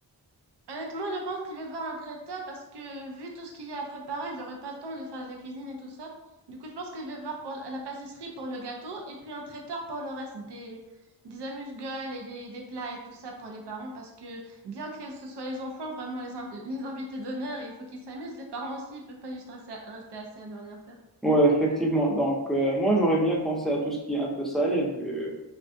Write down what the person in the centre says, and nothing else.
Ouais, effectivement. Donc, euh, moi, j'aurais bien pensé à tout ce qui est un peu salé, vu,